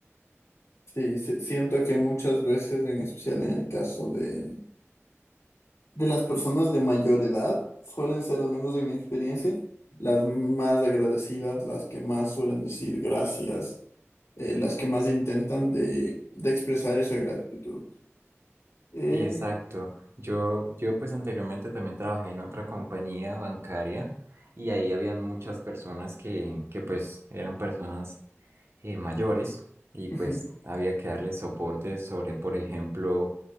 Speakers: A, on the left; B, on the right.
A: Sí, sí, siento que muchas veces, en especial en el caso de, de las personas de mayor edad, suelen ser, al menos en mi experiencia, las más agradecidas, las que más suelen decir gracias, eh, las que más intentan de, de expresar esa gratitud. Eh,
B: Sí, exacto. Yo, yo pues anteriormente también trabajé en otra compañía bancaria y ahí habían muchas personas que, que pues eran personas eh, mayores y
A: ujú,
B: pues había que darles soporte sobre, por ejemplo,